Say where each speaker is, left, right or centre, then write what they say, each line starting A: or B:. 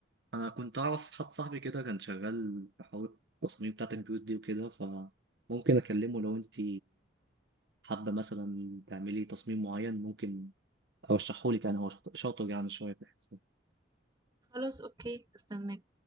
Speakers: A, on the right (about 65°); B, on the right (about 25°).
A: انا كنت اعرف حد صاحبي كده كان شغال في حوار التصميم بتاعت البيوت دي وكده فممكن اكلمه لو انت حابه مثلا تعملي تصميم معين ممكن ارشحه لك يعني هو شاطر شاطر يعني شويه في الحساب
B: خلاص اوكي استنى